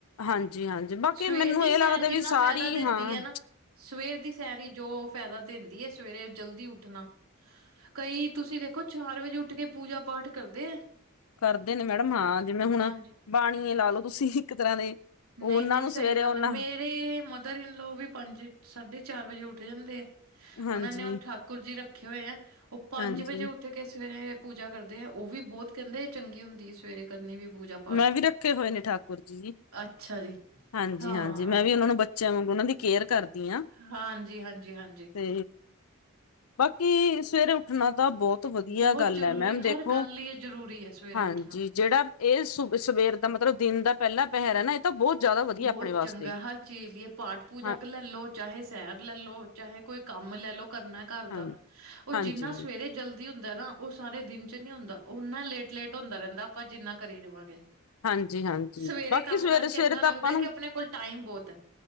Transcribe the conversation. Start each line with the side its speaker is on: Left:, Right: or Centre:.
Left: ਹਾਂਜੀ ਹਾਂਜੀ ਬਾਕੀ
Right: ਸਵੇਰ
Left: ਮੈਨੂੰ
Right: ਦੀ
Left: ਇਹ
Right: ਸੈਰ
Left: ਲੱਗਦਾ ਵੀ
Right: ਜਿੰਨਾ
Left: ਸਾਰੀ
Right: ਫਾਇਦਾ ਦਿੰਦੀ
Left: ਹਾਂ
Right: ਹੈ ਨਾ। ਸਵੇਰ ਦੀ ਸੈਰ ਈ ਜੋ ਫਾਇਦਾ ਦਿੰਦੀ ਹੈ ਸਵੇਰੇ ਜਲਦੀ ਉਠਣਾ ਕਈ ਤੁਸੀਂ ਦੇਖੋ ਚਾਰ ਵਜੇ ਉਠ ਕੇ ਪੂਜਾ ਪਾਠ ਕਰਦੇ ਆ।
Left: ਕਰਦੇ ਨੇ ਮੈਡਮ ਹਾਂ ਜਿਵੇਂ ਹੁਣ
Right: ਹਾਂਜੀ
Left: ਬਾਣੀ ਏ ਲਾ ਲੋ ਤੁਸੀਂ ਇੱਕ ਤਰ੍ਹਾਂ ਦੇ
Right: ਨਹੀਂ-
Left: ਉਹਨਾਂ
Right: ਨਹੀਂ
Left: ਨੂੰ
Right: ਸਹੀ
Left: ਸਵੇਰੇ
Right: ਗੱਲ
Left: ਉਹਨਾਂ
Right: ਹੈ ਮੇਰੇ ਮਦਰ ਇਨਲਾ ਵੀ ਪੰਜ ਸਾਢੇ ਚਾਰ ਵਜੇ ਉੱਠ ਜਾਂਦੇ ਆ।
Left: ਹਾਂਜੀ
Right: ਉਹਨਾਂ ਨੇ ਉਹ ਠਾਕੁਰ ਜੀ ਰੱਖੇ ਹੋਏ ਆ ਉਹ ਪੰਜ
Left: ਹਾਂਜੀ
Right: ਵਜੇ ਥ ਸਵੇਰੇ ਪੂਜਾ ਕਰਦੇ ਆ ਉਹ ਵੀ ਬਹੁਤ ਕਹਿੰਦੇ ਚੰਗੀ ਹੁੰਦੀ ਹੈ ਸਵੇਰੇ ਕਰਨੀ ਵੀ ਪੂਜਾ ਪਾਠ
Left: ਮੈਂ ਵੀ ਰੱਖੇ ਹੋਏ ਨੇ ਠਾਕੁਰ ਜੀ।
Right: ਅੱਛਾ ਜੀ
Left: ਹਾਂਜੀ-
Right: ਹਾਂ
Left: ਹਾਂਜੀ ਮੈਂ ਵੀ ਉਹ ਨੂੰ ਬੱਚਿਆਂ ਵਾਂਗ ਉਹਨਾਂ ਦੀ ਕੇਅਰ ਕਰਦੀ ਹਾਂ।
Right: ਹਾਂਜੀ-ਹਾਂਜੀ-ਹਾਂਜੀ।
Left: ਤੇ ਬਾਕੀ ਸਵੇਰੇ ਉਠਣਾ ਤਾਂ ਬਹੁਤ ਵਧੀਆ
Right: ਬਹੁਤ
Left: ਗੱਲ
Right: ਜ਼ਰੂਰੀ
Left: ਹੈ ਮੈਮ
Right: ਹਰ
Left: ਦੇਖੋ
Right: ਗੱਲ ਲਈ ਇਹ ਜ਼ਰੂਰੀ ਹੈ ਸਵੇਰੇ
Left: ਹਾਂਜੀ
Right: ਉੱਠਣਾ।
Left: ਜਿਹੜਾ ਇਹ ਸ ਸਵੇਰ ਦਾ ਮਤਲਬ ਦਿਨ ਦਾ ਪਹਿਲਾ ਪਹਿਰ ਹੈ ਨਾ। ਤਾਂ ਬਹੁਤ ਜ਼ਿਆਦਾ ਵਧੀਆ
Right: ਬਹੁਤ
Left: ਆਪਣੇ ਵਾਸਤੇ
Right: ਚੰਗਾ ਹਰ ਚੀਜ਼ ਲਈ ਪਾਠ ਪੂਜਗ
Left: ਹਾਂ
Right: ਲੈ ਲੋ ਚਾਹੇ ਸੈਰ ਲੈ ਲੋ ਚਾਹੇ ਕੋਈ ਕੰਮ ਲੈ ਲਓ ਕਰਨਾ। ਘਰ
Left: ਹਾਂਜੀ
Right: ਦਾ ਉਹ
Left: ਹਾਂਜੀ
Right: ਜਿੰਨਾ ਸਵੇਰੇ ਜਲਦੀ ਹੁੰਦਾ ਨਾ ਉਹ ਸਾਰੇ ਦਿਨ 'ਚ ਨਹੀਂ ਹੁੰਦਾ। ਉਨਾ ਲੇਟ-ਲੇਟ ਹੁੰਦਾ ਰਹਿੰਦਾ ਆਪਾਂ ਜਿੰਨਾ ਕਰੀ ਜਾਵਾਂਗੇ।
Left: ਹਾਂਜੀ-ਹਾਂਜੀ
Right: ਸਵੇਰੇ
Left: ਬਾਕੀ
Right: ਕੰਮ
Left: ਸਵੇਰੇ
Right: ਕਰਕੇ
Left: ਸਵੇਰੇ
Right: ਏਦਾਂ
Left: ਤਾਂ
Right: ਲੱਗਦਾ
Left: ਆਪਾਂ ਨੂੰ
Right: ਕਿ ਆਪਣੇ ਕੋਲ ਟਾਈਮ ਬਹੁਤ ਹੈ